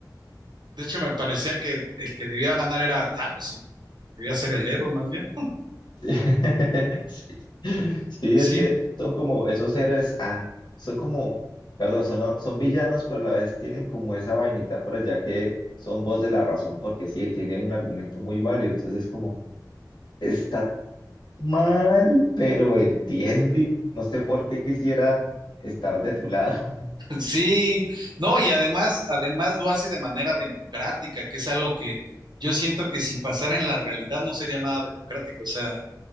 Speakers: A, on the right (about 80°); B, on the left (about 80°).
A: de hecho me parecía que el que debía ganar era Thanos y debía ser el héroe más bien.
B: <laughs> Sí, Sí,
A: Sí,
B: es que son como esos héroes, an- son como, perdón, son, son villanos, pero a la vez tienen como esa vainita por allá que son voz de la razón, porque sí, él tiene un argumento muy válido, entonces como, está mal, pero entiendo y no sé por qué quisiera estar de tu lado.
A: <laughs> sí, no, y además, además lo hace de manera democrática, que es algo que yo siento que si pasara en la realidad no sería nada democrático. O sea,